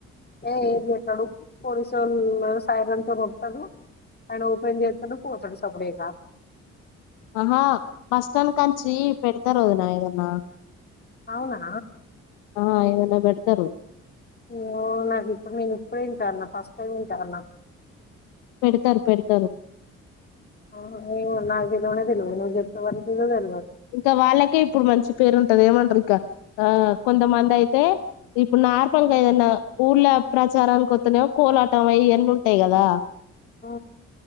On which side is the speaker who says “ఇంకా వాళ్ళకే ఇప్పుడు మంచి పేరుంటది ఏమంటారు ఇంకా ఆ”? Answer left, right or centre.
Left